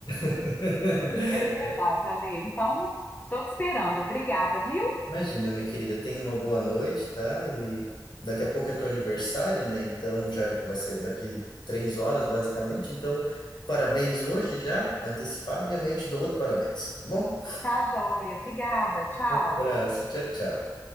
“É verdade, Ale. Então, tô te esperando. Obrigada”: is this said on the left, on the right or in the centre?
Left